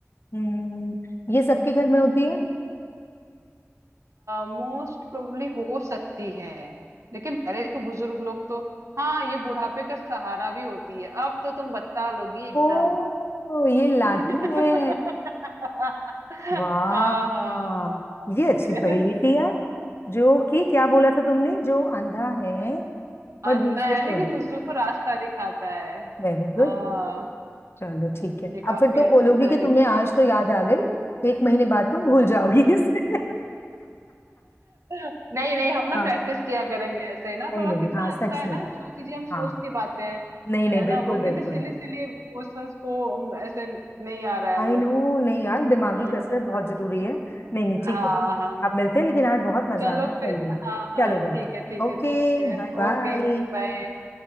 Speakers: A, on the left; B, on the right.
A: हम्म ये सबके घर में होती है
B: मोस्ट प्रोबेबली हो सकती है लेकिन पहले के बुजुर्ग लोग तो हाँ ये बुढ़ापे का सहारा भी होती है अब तो तुम बता लोगी एकदम
A: ओ ये लाठी
B: <laughs>
A: है
B: हाँ
A: वाह
B: हाँ हाँ बताती
A: ये अच्छी पहेली
B: है
A: थी यार जो कि क्या बोला था तुमने जो अंधा है पर
B: अंधा
A: दूसरे
B: है
A: को
B: लेकिन दूसरों को रास्ता दिखाता है
A: Very good
B: हाँ
A: चलो ठीक है
B: ये
A: अब
B: काफी
A: फिर तुम
B: अच्छे
A: बोलोगी
B: पहले
A: कि तुम्हें
B: थे
A: आज तो याद आ गई एक महीने बाद तुम भूल जाओगी इसे <laughs>
B: नहीं नहीं हम ना
A: हाँ
B: प्रैक्टिस किया करेंगे ऐसे ही ना
A: नहीं
B: थोड़ा
A: नहीं
B: कितना
A: हाँ सच
B: अच्छा है
A: में
B: ना जो चीजें हम सोच
A: हाँ
B: नहीं पाते हैं
A: नहीं नहीं
B: है
A: बिल्कुल
B: ना वो
A: बिल्कुल
B: कितने सिली सिली क्वेश्चंस को हम ऐसे नहीं आ रहा है
A: आई
B: हम लोग
A: नो
B: को
A: नहीं यार दिमागी
B: आ,
A: कसरत बहुत जरूरी है नहीं नहीं ठीक
B: हाँ
A: है
B: हाँ
A: आप मिलते हैं लेकिन आज बहुत मजा
B: चलो
A: आया सही
B: फिर
A: में
B: हाँ हाँ
A: चलो
B: ठीक
A: रहना
B: है ठीक
A: ओके
B: है ठीक है
A: बाय बाय
B: ओके बाय